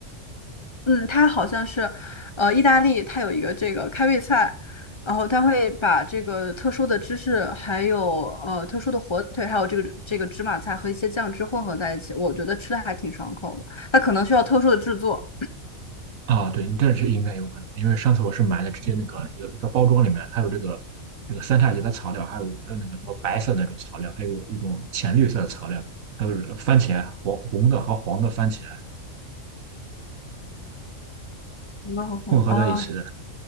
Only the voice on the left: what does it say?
嗯，它好像是，呃，意大利它有一个这个开胃菜，然后它会把这个特殊的芝士，还有呃特殊的火腿，还有这个这个芝麻菜和一些酱汁混合在一起，我觉得吃的还挺爽口的。它可能需要特殊的制作，
那我可能啊，